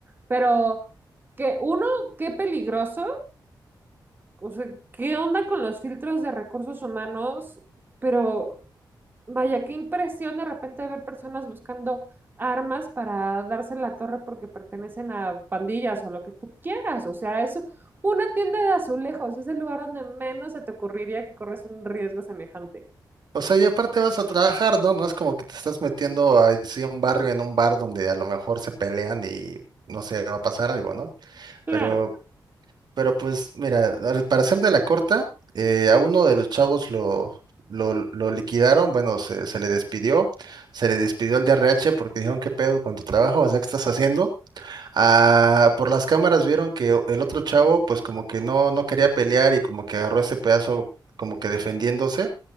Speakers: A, on the right (about 25°); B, on the right (about 65°).
A: pero que uno, qué peligroso O sea, ¿qué onda con los filtros de recursos humanos? Pero vaya, qué impresión de repente ver personas buscando armas para darse en la torre porque pertenecen a pandillas o lo que tú quieras. O sea, es una tienda de azulejos, es el lugar donde menos se te ocurriría que corres un riesgo semejante.
B: o sea, y aparte vas a trabajar, ¿no? No es como que te estás metiendo a así a un barrio en un bar donde a lo mejor se pelean y no sé, va a pasar algo, ¿no?
A: Claro.
B: Pero, pero pues mira, al- para hacer de la corta, eh, a uno de los chavos lo, lo, lo liquidaron, bueno, se, se le despidió, se le despidió al DRH porque dijeron, ¿qué pedo con tu trabajo? O sea, ¿qué estás haciendo? Ah, por las cámaras vieron que el otro chavo, pues como que no, no quería pelear y como que agarró ese pedazo como que defendiéndose,